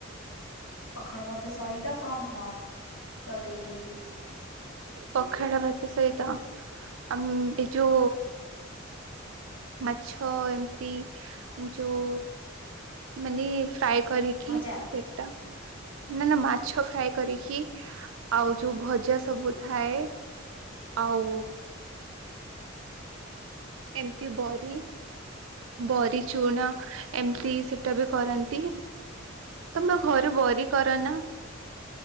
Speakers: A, on the left (about 85°); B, on the right (about 70°).
A: ପଖାଳ ଭାତ ସହିତ କଣ ଖାଅ। ଲଗେଇକି
B: ପଖାଡ ଭାତ ସହିତ ଆ ଏ ଯ ମାଛ ଏମିତି ଯଉ ମାନେ ଫ୍ରଏ କରିକି
A: ଭଜା?
B: ସେଟା ନା ନା ମାଛ ଫ୍ରାଏ କରିକି ଆଉ ଯୋଉ ଭଜା ସବୁ ଥାଏ। ଆଉ ଏମତି ବରି ବରି ଚୁଣ ଏମିତି ସେଟା ବି କରନ୍ତି। ତମ ଘରେ ବରି କର ନା?